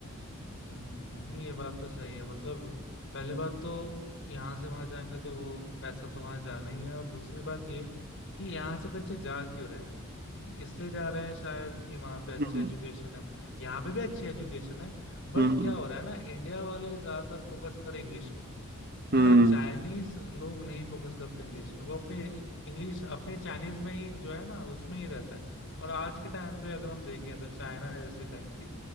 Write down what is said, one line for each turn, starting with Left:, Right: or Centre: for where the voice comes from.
Left: हम्म, नहीं ये बात तो सही है मतलब पहले बात तो यहाँ से वहां जाएंगे तो वो पैसा तो वहां जाना ही है और दूसरी बात ये कि यहाँ से बच्चे जा क्यों रहे हैं इसलिए जा रहे हैं शायद कि वहां पे अच्छे
Right: हम्म
Left: एजुकेशन है यहाँ पे भी अच्छी एजुकेशन है बट
Right: हम्म हम्म
Left: क्या हो रहा है ना इंडिया वाले ज्यादातर फोकस कर रहे हैं इंग्लिश पे
Right: हम्म
Left: है ना चाइनीज लोग नहीं फोकस करते इंग्लिश पे वो अपने इंग्लिश अपने चाइनीज में ही जो है ना उसमें ही रहता है और आज के टाइम पे अगर हम देखें तो चाइना जैसे कंट्री